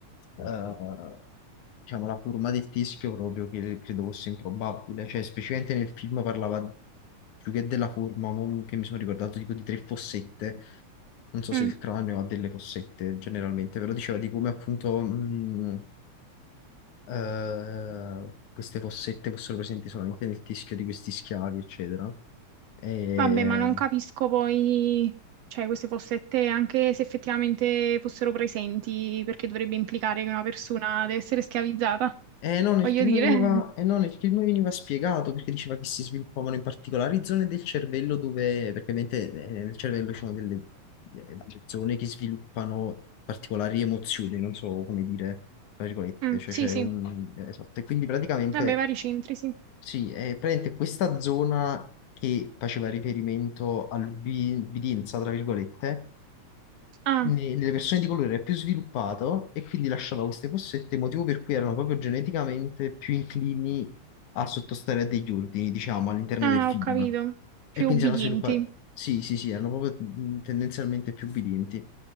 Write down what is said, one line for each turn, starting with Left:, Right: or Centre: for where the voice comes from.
Left: eh, diciamo la forma del teschio proprio che credo fosse improbabile, cioè specificamente nel film parlava più che della forma, mo che mi sono ricordato tipo di tre fossette, non so
Right: Mm.
Left: se il cranio ha delle fossette generalmente, però diceva di come appunto... mm, eh, queste fossette fossero presenti solamente nel teschio di questi schiavi, eccetera. E,
Right: Vabbè, ma non capisco poi, cioè, queste fossette, anche se effettivamente fossero presenti, perché dovrebbe implicare che una persona deve essere schiavizzata,
Left: e no, nel
Right: voglio
Left: film
Right: dire.
Left: veniva, e no, nel film veniva spiegato perché diceva che si sviluppavano in particolari zone del cervello dove, perché ovviamente eh, nel cervello ci sono delle, delle zone che sviluppano particolari emozioni, non so come dire, tra virgolette,
Right: <laughs> Mm,
Left: cioè
Right: sì,
Left: c'è
Right: sì,
Left: un... Esatto, e quindi praticamente
Right: vabbè, vari centri, sì.
Left: Sì, è praticamente questa zona che faceva riferimento all'ubbidienza, tra virgolette,
Right: Ah,
Left: ne- nelle persone di colore era più sviluppato e quindi lasciava queste fossette, motivo per cui erano proprio geneticamente più inclini a sottostare a degli ordini, diciamo, all'interno
Right: ah,
Left: del film.
Right: ho capito. Più
Left: E quindi
Right: ubbidienti,
Left: si erano sviluppati, sì, sì, sì, erano proprio mh, tendenzialmente più ubbidienti.